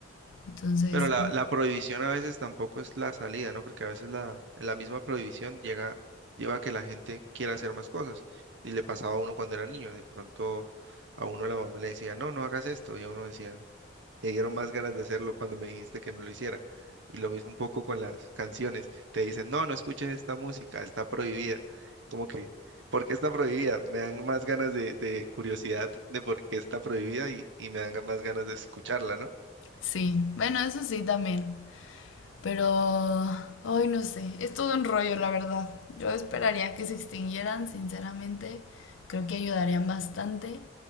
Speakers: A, on the left (about 80°); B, on the right (about 70°).
A: entonces
B: Pero la, la prohibición a veces tampoco es la salida, ¿no? Porque a veces la, la misma prohibición llega, lleva a que la gente quiera hacer más cosas. Y le pasaba a uno cuando era niño. De pronto a uno la mamá le decía, no, no hagas esto. Y a uno decía, Me dieron más ganas de hacerlo cuando me dijiste que no lo hiciera. Y lo mismo un poco con las canciones. Te dicen, no, no escuches esta música, está prohibida. Como que, ¿por qué está prohibida? Me dan más ganas de, de curiosidad de por qué está prohibida y, y me dan más ganas de escucharla, ¿no?
A: sí, bueno, eso sí también, pero hoy no sé, es todo un rollo la verdad. Yo esperaría que se extinguieran, sinceramente, creo que ayudarían bastante.